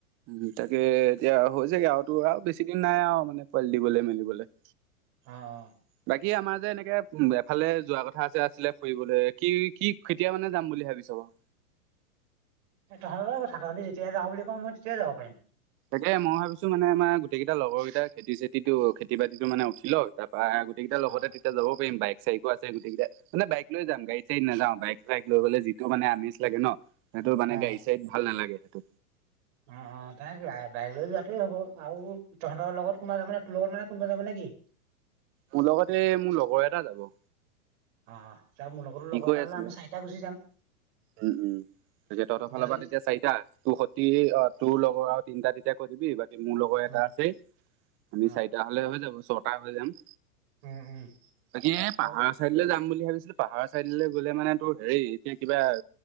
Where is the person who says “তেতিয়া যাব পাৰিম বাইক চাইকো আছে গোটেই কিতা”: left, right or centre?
Right